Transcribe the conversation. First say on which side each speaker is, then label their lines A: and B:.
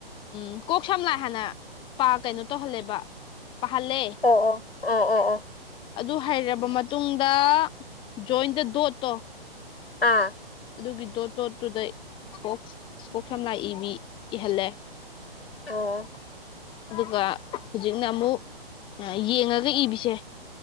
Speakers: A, on the left; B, on the left.
A: ꯎꯝ ꯀꯣꯛ ꯁꯝ ꯂꯥꯏ ꯍꯥꯟꯅ ꯄꯥ ꯀꯩꯅꯣ ꯇꯧꯍꯜꯂꯦꯕ ꯄꯥꯍꯜꯂꯦ
B: ꯑꯣ ꯑꯣ ꯑꯣ ꯑꯣ ꯑꯣ
A: ꯑꯗꯨ ꯍꯩꯔꯕ ꯃꯇꯨꯡꯗ ꯖꯣꯏꯟꯗ ꯗꯣꯠꯇꯣ
B: ꯑꯥ
A: ꯑꯗꯨꯒꯤ ꯗꯣꯠ ꯇꯣꯠꯇꯨꯗ ꯀꯣꯛ ꯀꯣꯛ ꯁꯝ ꯂꯥꯏ ꯏꯕꯤ ꯏꯍꯜꯂꯦ
B: ꯑꯣ
A: ꯑꯗꯨꯒ ꯍꯧꯖꯤꯛꯅ ꯑꯃꯨꯛ ꯌꯦꯡꯉꯒ ꯏꯕꯤꯁꯦ